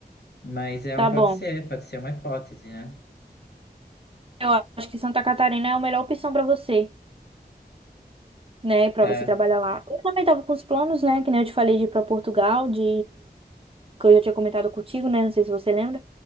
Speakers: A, on the left; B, on the right.
A: Mas é,
B: tá
A: um- pode
B: bom.
A: ser, pode ser uma hipótese, né?
B: Eu acho que Santa Catarina é a melhor opção pra você, né? Pra
A: É,
B: você trabalhar lá. Eu também tava com os planos, né? Que nem eu te falei de ir pra Portugal, de que eu já tinha comentado contigo, né? Não sei se você lembra,